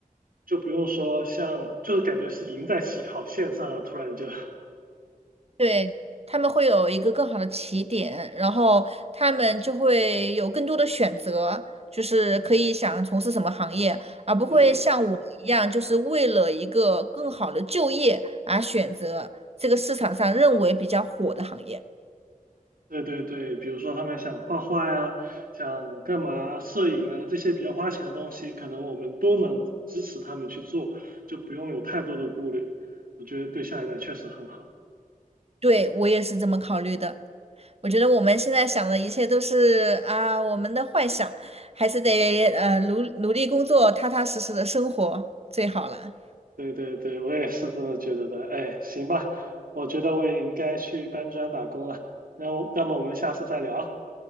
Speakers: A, on the right; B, on the right.
A: 就不用说像，就是感觉是赢在起跑线上了，突然就，
B: 对，他们会有一个更好的起点，然后他们就会有更多的选择，就是可以想从事什么行业，而不会像我一样，
A: <laughs> 对。
B: 就是为了一个更好的就业而选择这个市场上认为比较火的行业。
A: 对对对，比如说他们想画画呀，想干嘛，摄影啊，这些比较花钱的东西，可能我们都能支持他们去做，就不用有太多的顾虑。我觉得对下一代确实很好。
B: 对，我也是这么考虑的。我觉得我们现在想的一切都是啊，我们的幻想，还是得呃努努力工作，踏踏实实的生活最好了。
A: 对对对，我也是这么觉得的。哎，行吧，我觉得我也应该去搬砖打工了。那我，那么我们下次再聊。